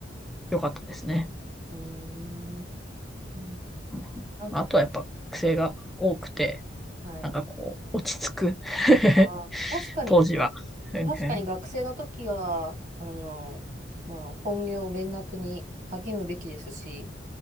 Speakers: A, in the centre; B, on the right.
A: 良かったですね。
B: うーん。
A: うんあとはやっぱ癖が多くて、
B: なんかはい。
A: なんかこう、落ち着く。<laughs>
B: あー、確かに、
A: 当時は。うんうん
B: 確かに学生の時は、あの、まあ、本業、勉学に励むべきですし、